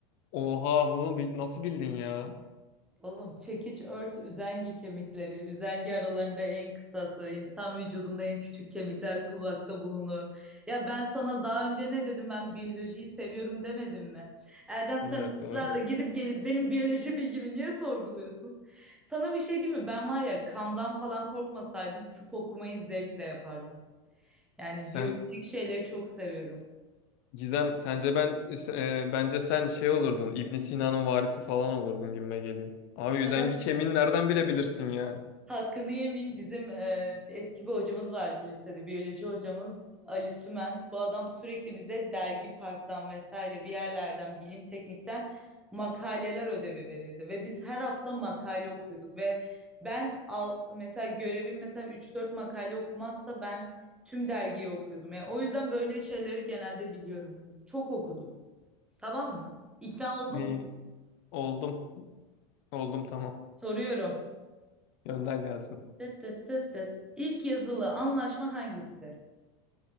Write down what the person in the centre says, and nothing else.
Oğlum çekiç, örs, üzengi kemikleri. Üzengi aralarında en kısası. insan vücudunda en küçük kemikler kulakta bulunur. Ya ben sana daha önce ne dedim ben biyolojiyi seviyorum demedim mi? Erdem sen
ısrarla
gidip gelip benim biyoloji bilgimi niye sorguluyorsun? Sana bir şey diyeyim mi? Ben var ya kandan falan korkmasaydım tıp okumayı zevkle yapardım. Yani
biyolojik şeyleri çok seviyorum.
Sana
Hakkını yemeyeyim bizim e, eski bir hocamız vardı lisede biyoloji hocamız Ali Sümen. Bu adam sürekli bize dergi parktan vesaire bir yerlerden bilim teknikten makaleler ödevi verirdi ve biz her hafta makale okuyorduk ve ben al, mesela görevim mesela 3-4 makale okumaksa ben tüm dergiyi okuyordum. Yani o yüzden böyle şeyleri genelde biliyorum. yani. Çok okudum. Tamam mı? İkna oldun
mu?
Soruyorum.
Tıt tıt tıt tıt. İlk yazılı anlaşma hangisidir?